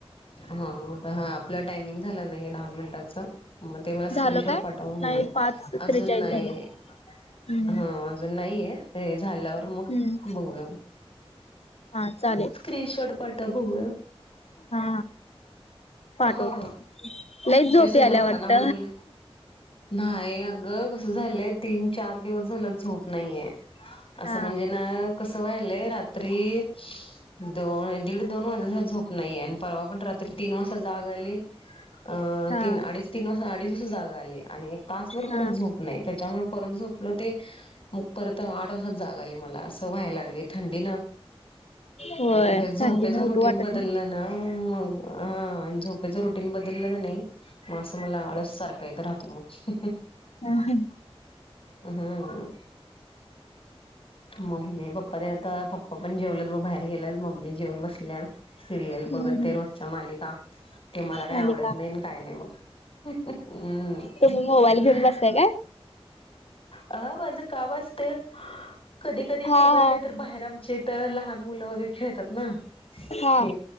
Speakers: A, on the left (about 60°); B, on the left (about 85°).
A: हा तर हा आपलं टायमिंग झालं नाही दहा मिनिटाच. म ते मला
B: झालं
A: स्क्रीनशॉट
B: काय
A: पाठव बघू
B: नाही पाच
A: अजून
B: त्रेचाळीस
A: नाही
B: झाले हम्म
A: हा अजून नाहीय हे झाल्यावर मग
B: हम्म
A: बघूया.
B: हा चालेल
A: स्क्रीनशॉट पाठव बघू या.
B: हा पाठवतो
A: हो
B: लईच झोप
A: तेच तुझं
B: यायला
A: पप्पाना
B: वाटत
A: म्हणलं नाहीय गं कसं झालंय तीन-चार दिवस झालं झोप नाहीये असं
B: हा
A: म्हणजे ना कसं वय लय रात्री दोन दीड दोन वाजे झोप नाही आणि परवा पण रात्री तीन वाजता जाग आली अ
B: हा
A: तीन अडीच. तीन वाजा अडीच वाज जागा आली आणि एक तासवर
B: हा
A: परत झोप नाही त्याच्यामुळे परत झोपलं ते मग परत आठ वाजता जाग आली मला असं व्हायला लागले थंडी ना
B: होय
A: झोपेचा
B: थंडीने
A: रुटीन
B: उठू वाटत
A: बदलला ना मग हा आणि झोप त्याच्या रुटीन बदललं क नाही मग असं मला आळस सारखा येत राहतो मग.
B: ह ह.
A: हम्म. मम्मी पप्पा तेन आता पप्पा पण जेवलत म बाहेर गेल्या मम्मी जेवन बस पल्या सिरियल
B: हम्म.
A: बघत ते रोजच्या मालिका ते मला काही
B: मालिका
A: आवडत नाही नी काय नाय मग हम्म.
B: तुम्ही मोबाईल घेऊन बसताय काय?
A: हा माझं काम असते कधी कधी
B: हा
A: मोबाईल
B: हा
A: नाही तर बाहेर छेत लहान मुलं वगैरे खेळतात ना
B: हा
A: ते